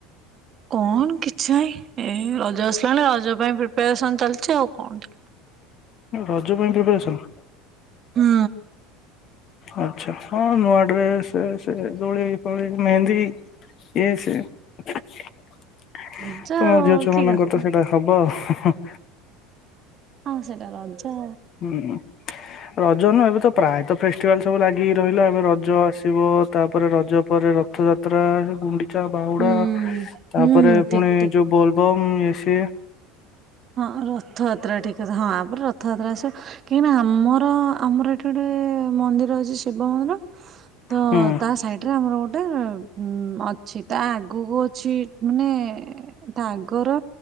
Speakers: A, on the right; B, on the left.
A: କଣ କିଛି ନାହିଁ ଏ ରଜ ଆସିଲାଣି ରଜ ପାଇଁ ପ୍ରିପାରେସନ ଚାଲିଚି ଆଉ କଣ।
B: ରଜ ପାଇଁ ପ୍ରିପାରେସନ୍?
A: ହୁଁ।
B: ଆଚ୍ଛା ହଁ ନୂଆ ଡ୍ରେସ୍ ସେଦୋଳି ଫୋଳି ମେହେନ୍ଦୀ ଏଇ ସିଏ ତୁମ
A: ରଜ ଆଉ
B: ଝିଅ ଛୁଆମାନଙ୍କରତ
A: କି କଥା
B: ସେଇଟା ହବ ହୁ ହୁ।
A: ହଁ ସେଇଟା ରଜ।
B: ହୁଁ ରଜ ନୁହଁ ଏବେତ ପ୍ରାୟତ ଫେଷ୍ଟିଭାଲ ସବୁ ଲାଗିି ରହିଲା ଏବେ ରଜ ଆସିବ ତାପରେ ରଜ ପରେ ରଥଯାତ୍ରା ସେଗୁଡି ଚା ବାହୁଡ଼ା
A: ହୁଁ
B: ତାପରେ
A: ହୁଁ ହୁଁ
B: ପୁଣି
A: ଠିକ ଠିକ।
B: ଯୋଉ ବୋଲବମ୍ ଇଏ ସିଏ
A: ହଁ ରଥଯାତ୍ରା ଠିକ୍ କଥା ହଁ ଆପରେ ରଥଯାତ୍ରା ଆସି କାହିଁକିନା ଆମର ଆମର ଏଠି ଗୋଟେ ମନ୍ଦିର ଅଛି ଶିବ ମନ୍ଦିର ତ
B: ହୁଁ
A: ତା ସାଇଟି ଏରେ ଆମର ଗୋଟେ ଉ ଅଛି ତା ଆଗକୁ ଅଛି ମାନେ ତା ଆଗର